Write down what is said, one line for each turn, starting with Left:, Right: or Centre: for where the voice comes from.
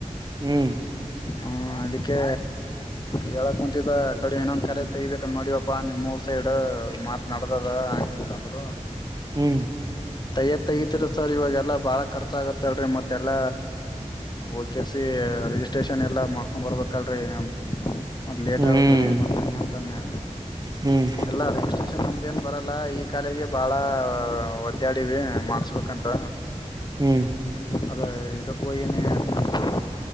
Right: ಹ್ಮ್
Left: ಹ ಅದಕ್ಕೆ ಹೇಳ ಕುಂತಿದ್ದ ಕಡೆ ಇನ್ನೊಂದು ಕರೆಜ್ ತೆಗಬೇಕ ನೋಡವಪ್ಪಾ ನಿಮ್ಮ ಸೈಡ್ ಮಾತ್ ನಡದದ ಹಂತಂದರು
Right: ಹ್ಮ್
Left: ತೈಯ ತೆಗತಿರ ಸರ್ ಇವಾಗೆಲ್ಲ ಬಾಳ ಖರ್ಚಾಗುತ್ತೆ ಲ್ರಿ ಮತ್ತೆಲ್ಲ ಓ ಕೆ ಸಿ ರಿಜಿಸ್ಟ್ರೇಷನ್ ಎಲ್ಲ ಮಾಡ್ಕೊಂಡ್ ಬರ್ಬೇಕಲ್ರರಿ ಮತ್ತ ಲೇಟ್
Right: ಹ್ಮ್
Left: ಆಗತ್ತರಿ ಮತ್ತ ಹಂಗಂತಂದೆ
Right: ಹ್ಮ್
Left: ಎಲ್ಲಾ ರಿಜಿಸ್ಟ್ರೇಷನ್ ನಮ್ದ ಬರಲ್ಲ ಈ ಕಾಲೇಜ್ಗೆ ಬಾಳ ಒದ್ದ್ಯಾಡವಿ ಮಾಡಸ್ಬೇಕಂತ
Right: ಹ್ಮ್
Left: ಅದು ಇಕ್ಕನ